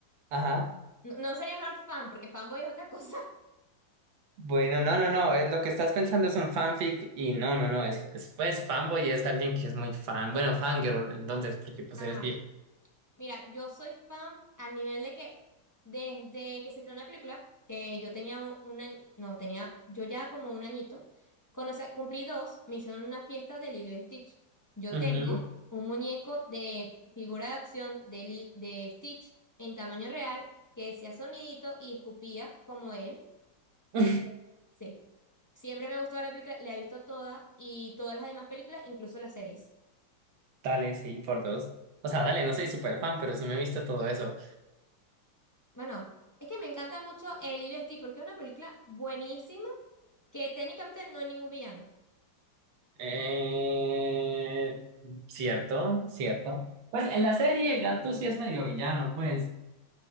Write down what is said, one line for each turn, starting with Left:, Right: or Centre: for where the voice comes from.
Right: Ajá.
Left: No, no sería mejor fan, porque fanboy es otra cosa.
Right: Bueno, no, no, no. eh, Lo que estás pensando es un fanfic y no, no, no. Es, es, pues fanboy es alguien que es muy fan. Bueno, fangirl, entonces,
Left: <laughs>
Right: porque pues
Left: Ajá.
Right: eres vieja.
Left: Mira, yo soy fan a nivel de que desde que se estrenó la película, que yo tenía una, no, tenía, yo ya como un añito, cuando o sea, cumplí dos, me hicieron una fiesta de Lilo y Stitch. Yo
Right: Ujú.
Left: tengo un muñeco de figura de acción de, Li- de Stitch en tamaño real que decía sonidito y escupía como él.
Right: <laughs>
Left: Eh, sí, siempre me gustó la película, la he visto toda y todas las demás películas, incluso las series.
Right: Dale, sí, por dos. O sea, dale, no soy súper fan, pero sí me he visto todo eso.
Left: Bueno, es que me encanta mucho El Hilo de Steve porque es una película buenísima que técnicamente no hay ningún villano,
Right: Eh, cierto, cierto. Pues en la serie Gantu sí es medio villano, pues.